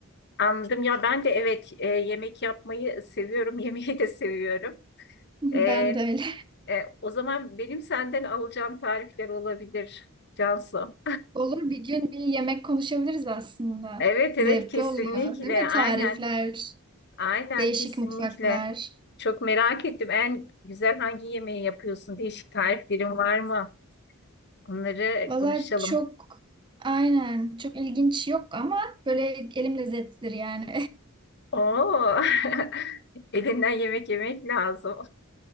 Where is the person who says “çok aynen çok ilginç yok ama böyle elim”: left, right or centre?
Right